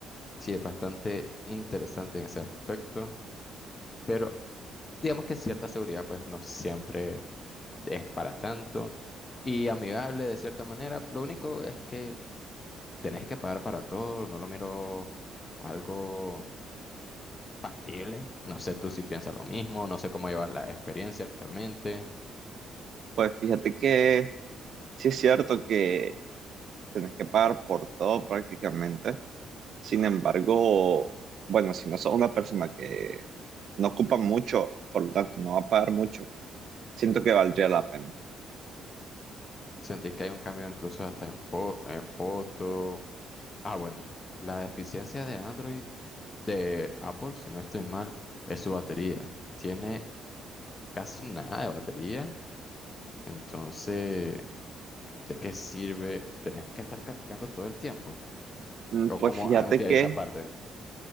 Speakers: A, on the left (about 30°); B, on the right (about 60°).
A: sí, es bastante interesante en ese aspecto. Pero digamos que cierta seguridad pues no siempre es para tanto y amigable de cierta manera. Lo único es que tenés que pagar para todo, no lo miro algo factible. No sé tú si piensas lo mismo, no sé cómo llevas la experiencia actualmente.
B: Pues fíjate que sí es cierto que tenés que pagar por todo prácticamente. Sin embargo, bueno, si no sos una persona que no ocupa mucho, por lo tanto no va a pagar mucho, siento que valdría la pena.
A: Sentí que hay un cambio incluso hasta en, fo- en foto. Ah, bueno, la deficiencia de Android de Apple, si no estoy mal, es su batería. Tiene casi nada de batería Entonces, ¿de qué sirve tener que estar cargando todo el tiempo?
B: Mm,
A: O
B: Pues
A: como
B: fíjate
A: hacia
B: que,
A: esa parte.